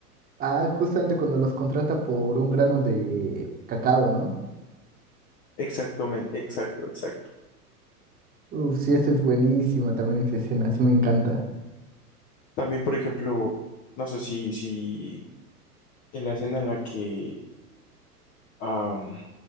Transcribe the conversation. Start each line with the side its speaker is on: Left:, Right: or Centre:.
Right: Ah, justamente cuando los contrata por un grano de cacao, ¿no?
Left: exacto men exacto, exacto.
Right: Uf, sí, esa es buenísima también esa escena, sí me encanta.
Left: También, por ejemplo, no sé si, si en la escena en la que am,